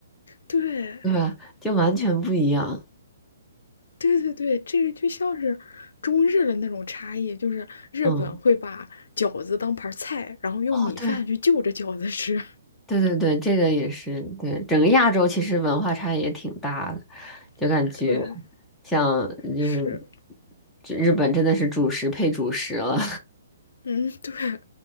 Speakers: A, on the left (about 60°); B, in the centre.
A: 对
B: 对吧？就完全不一样。
A: 对对对，这个就像是中日的那种差异，就是日本会把饺子当盘儿菜，
B: 嗯，
A: 然后用米饭去就着饺子吃。
B: 哦，对。对对对，这个也是，对，整个亚洲其实文化差异也挺大的，就感觉
A: <laughs> 对，
B: 像就是
A: 是。
B: 这日本真的是主食配主食了，
A: 嗯，<laughs> 对，